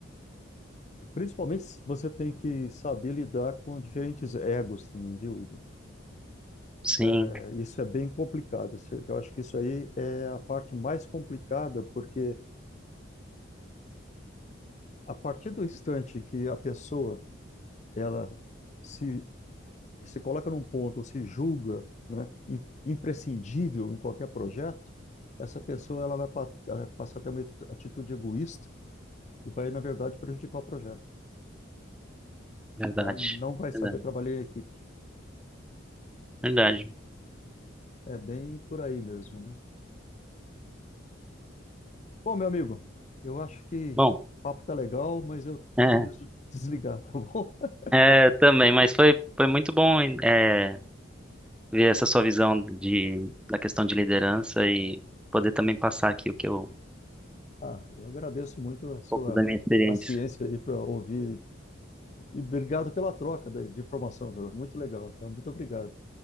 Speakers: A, on the left; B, in the centre.
A: principalmente você tem que saber lidar com diferentes egos também, viu, Igor?
B: Sim,
A: É, isso é bem complicado. Eu acho que isso aí é a parte mais complicada, porque a partir do instante que a pessoa ela se se coloca num ponto ou se julga, né, imprescindível em qualquer projeto, essa pessoa ela vai passar a ter uma atitude egoísta e vai, na verdade, prejudicar o projeto.
B: verdade.
A: Ela não vai saber
B: Verdade.
A: trabalhar em equipe.
B: Verdade.
A: É bem por aí mesmo, né? Bom, meu amigo, eu acho que
B: Bom,
A: o papo tá legal, mas eu
B: é,
A: preciso desligar, tá bom? <laughs>
B: é, também, mas foi, foi muito bom, é, ver essa sua visão de, da questão de liderança e poder também passar aqui o que eu, um
A: Ah, eu agradeço muito a sua
B: pouco da minha experiência.
A: paciência aí para ouvir e obrigado pela troca de, de informação, Bruno. Muito legal, tá? Muito obrigado.